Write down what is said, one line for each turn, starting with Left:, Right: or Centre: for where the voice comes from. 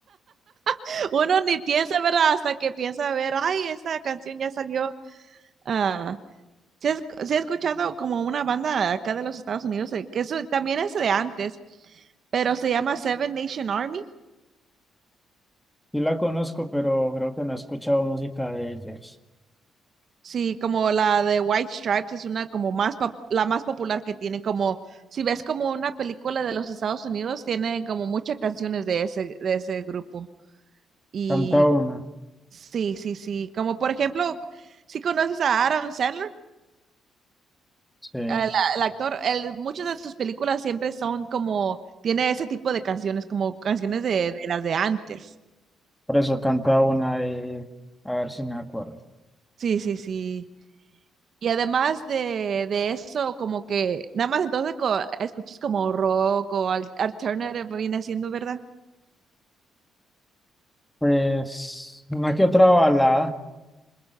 Right: <laughs> Uno ni piensa, ¿verdad? Hasta que piensa, a ver, ay, esa canción ya salió, ah, sí, he esc- sí he escuchado como una banda acá de los Estados Unidos, eh, que eso también es de antes, pero se llama Seven Nation Army.
Centre: Sí la conozco, pero creo que no he escuchado música de ellos.
Right: Sí, como la de White Stripes es una como más pop- la más popular que tiene como si ves como una película de los Estados Unidos tienen como muchas canciones de ese de ese grupo. Y
Centre: Canta una.
Right: sí, sí, sí, como por ejemplo, si conoces a Adam Sandler,
Centre: Sí.
Right: el, el actor, él- muchas de sus películas siempre son como tiene ese tipo de canciones como canciones de, de las de antes.
Centre: Por eso canta una y a ver si me acuerdo.
Right: Sí, sí, sí. Y además de, de eso, como que nada más entonces co- escuchas como rock o al- alternative viene siendo, ¿verdad?
Centre: Pues una que otra balada,